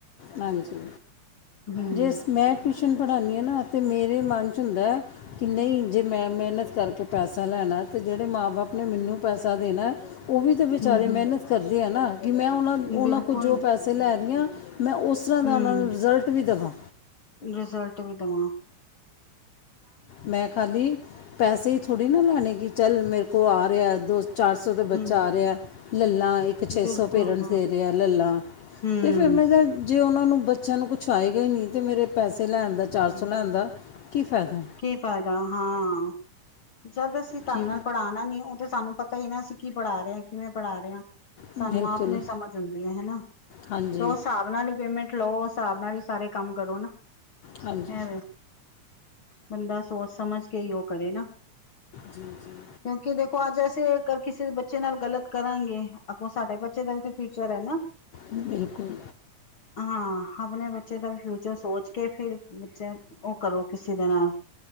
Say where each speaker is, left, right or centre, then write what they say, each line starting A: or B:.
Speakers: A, on the left; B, on the left.
A: ਹਾਂਜੀ,
B: ਹਮ
A: ਜਿਸ ਮੈਂ ਟਿਊਸ਼ਨ ਪੜਾਨੀ ਆ ਨਾ ਤੇ ਮੇਰੇ ਮਨ ਚ ਹੁੰਦਾ ਕਿ ਨਹੀਂ ਜੇ ਮੈਂ ਮਿਹਨਤ ਕਾਰਕੇ ਪੈਸਾ ਲੈਣਾ ਤੇ ਜੇੜੇ ਮਾਂ ਬਾਪ ਨੇ ਮੈਨੂੰ ਪੈਸਾ ਦੇਨਾ ਓ ਵੀ ਤੇ ਵਿਚਾਰੇ
B: ਹਮ ਹਮ
A: ਮਿਹਨਤ ਕਰਦੇ ਹੈ ਨਾ ਕਿ ਮੈਂ ਓਨਾਂ ਓਨਾਂ
B: ਬਿਲਕੁਲ
A: ਕੋਲ ਜੋ ਪੈਸੇ ਲੈ ਰੀ ਆਂ ਮੈਂ ਉਸ ਉਸ ਤਰਾਂ ਦਾ
B: ਹਮ
A: ਓਨਾਂ ਨੂੰ ਰਿਜ਼ਲਟ ਵੀ ਦਿਖਾਵਾਂ।
B: ਰਿਜ਼ਲਟ ਵੀ ਦਵਾਂ।
A: ਮੈਂ ਖਾਲੀ ਪੈਸੇ ਈ ਥੋੜੀ ਨਾ ਲੈਨੇ ਕਿ ਚੱਲ ਮੇਰੇ ਕੋ ਆ ਰਿਹਾ ਦੋਸਤ ਚਾਰ ਸੌ ਦਾ ਬੱਚਾ
B: ਹਮ
A: ਆ ਰਿਹਾ ਲੈਲਾ ਇਕ ਪਿੱਛੇ
B: ਬਿਲਕੁਲ
A: ਸਪੇਰਨ ਫਿਲਰ ਆ ਲੈ ਲਾ
B: ਹਮ
A: ਤੇ ਫਿਰ ਮੈਂ ਤਾਂ ਜੇ ਓਨਾਂ ਨੂੰ ਬੱਚੇ ਨੂੰ ਕੁਛ ਆਏਗਾ ਈ ਨੀ ਤੇ ਮੇਰੇ ਪੈਸੇ ਲੈਨ ਦਾ ਚਾਰ ਸੌ ਲੈਨ ਦਾ ਕੀ ਫਾਇਦਾ
B: ਕੀ ਫਾਇਦਾ ਹਾਂ ਜਦ ਅਸੀ ਢੰਗ
A: ਜੀ
B: ਨਾਲ ਪੜਾਨਾ ਨੀ ਓ ਤੇ ਸਾਨੂੰ ਪਤਾ ਕਈ ਨਾ ਅਸੀਂ ਕੀ ਪੜਾ ਰੇ ਆਂ, ਕਿਵੇਂ ਪੜਾ ਰੇ ਆਂ
A: ਬਿਲਕੁਲ
B: ਸਾਨੂੰ ਆਪ ਨੂੰ ਈ ਸਮਝ ਆਉਂਦੀ ਏ ਹੇਨਾ
A: ਹਾਂਜੀ
B: ਤੇ ਉਸ ਹਿਸਾਬ ਪਤਾ ਨਹੀਂ ਪੇਮੈਂਟ ਲੋ ਹਿਸਾਬ ਨਾਲ ਹੀ ਸਾਰੇ ਕੰਮ ਕਰੋ ਨਾ।
A: ਹਾਂਜੀ।
B: ਐਵੇਂ ਬੰਦਾ ਸੋਚ ਸਮਜ ਕੇ ਓ ਕਰੇ ਨਾ।
A: ਜੀ, ਜੀ।
B: ਕਿਉਂਕਿ ਦੇਖੋ ਅੱਜ ਅਸੀਂ ਅਗਰ ਕਿਸੇ ਦੇ ਬੱਚੇ ਨਾਲ ਗਲਤ ਕਰਾਂਗੇ ਅਗੋ ਸਾਡੇ ਬੱਚੇ ਦਾ ਵੀ ਤਾਂ ਫਿਊਚਰ ਹੈ ਨਾ।
A: ਬਿਲਕੁਲ।
B: ਹਾਂ ਅਪਣੇ ਬੱਚੇ ਦਾ ਫਿਊਚਰ ਸੋਚ ਕੇ, ਫਿਰ ਬੱਚਾ ਓ ਕਰੋ ਕਿਸ ਅੱਛੇ ਦਿਨ ਆਣ